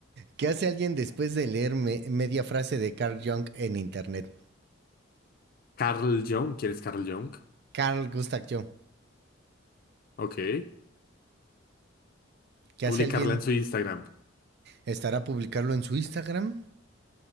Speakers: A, on the right (about 50°); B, on the left (about 45°).
A: ¿Qué hace alguien después de leer me- media frase de Carl Jung en internet?
B: Carl Jung, ¿quién es Carl Jung?
A: Carl Gustav Jung.
B: Ok.
A: ¿Qué
B: Publicarla
A: hace alguien?
B: en su Instagram.
A: ¿Estará publicarlo en su Instagram?